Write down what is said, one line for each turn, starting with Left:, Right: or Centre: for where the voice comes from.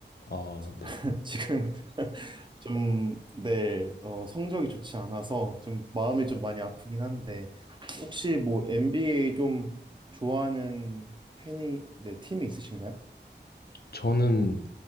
Left: 아, 네.
Right: <laughs> 지금 <laughs> 좀, 네, 어, 성적이 좋지 않아서 좀 마음이 좀 많이 아프긴 한데, 혹시 뭐 NBA 좀 좋아하는 팬이, 네, 팀이 있으신가요?
Left: 저는